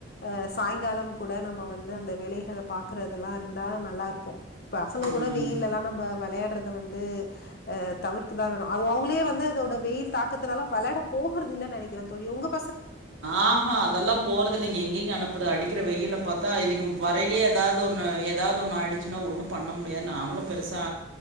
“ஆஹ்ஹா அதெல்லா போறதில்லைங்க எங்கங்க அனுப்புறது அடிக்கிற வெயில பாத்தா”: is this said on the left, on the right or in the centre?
Right